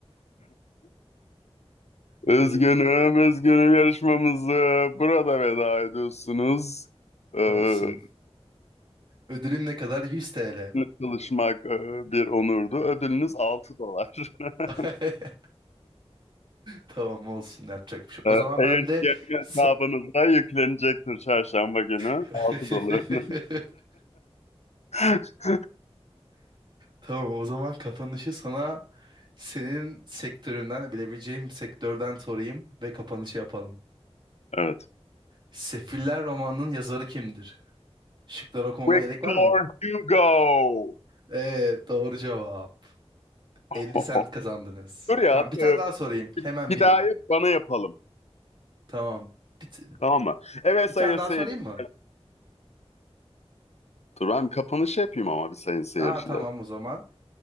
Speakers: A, on the left; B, on the right.
A: Üzgünüm,
B: Ya,
A: üzgünüm yarışmamızı burada veda ediyorsunuz. Ee,
B: Olsun. Ödülüm ne kadar? 100 TL.
A: Sizinle çalışmak e, bir onurdu. Ödülünüz 6 dolar.
B: <laughs>
A: <laughs>
B: Tamam olsun yapacak bir şey. yok.
A: E,
B: O zaman
A: Eğer
B: ben de
A: ki hesabınıza
B: sa-
A: yüklenecektir çarşamba günü.
B: <laughs>
A: altı dolarınız. <laughs>
B: Tamam o zaman kapanışı sana senin sektöründen bilebileceğim bir sektörden sorayım ve kapanışı yapalım.
A: Evet.
B: Sefiller romanının yazarı kimdir? Şıkları okumama
A: Victor
B: gerek var mı?
A: Hugo.
B: Evet, doğru cevap.
A: <laughs>
B: 50 sent kazandınız.
A: Dur ya.
B: Tamam, bir
A: e,
B: tane daha sorayım. Hemen
A: Bir
B: bildin.
A: daha bana yapalım.
B: Tamam. Bir, t-
A: Tamam mı? Evet
B: bir
A: sayın
B: tane
A: seyirciler.
B: daha sorayım mı?
A: Dur ben kapanışı yapayım ama bir sayın seyirciler.
B: Aa, tamam o zaman.